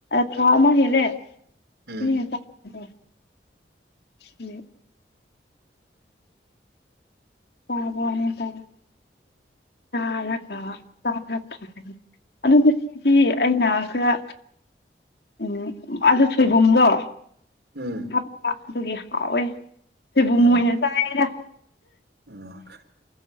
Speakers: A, on the left; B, on the right.
A: ꯊꯥ ꯑꯃ ꯍꯦꯜꯂꯦ <unintelligible>
B: ꯎꯝ
A: <unintelligible> ꯑꯗꯨꯕꯨ ꯁꯤꯗꯤ ꯑꯩꯅ ꯈꯔ ꯎꯝ ꯑꯗꯨ ꯁꯣꯏꯕꯨꯝꯗꯣ
B: ꯎꯝ
A: ꯍꯥꯞꯄ ꯑꯗꯨꯒꯤ ꯍꯥꯎꯋꯦ ꯁꯣꯏꯕꯨꯝ
B: ꯑꯣ
A: ꯑꯣꯏꯅ ꯆꯥꯏꯗ
B: ꯑꯣ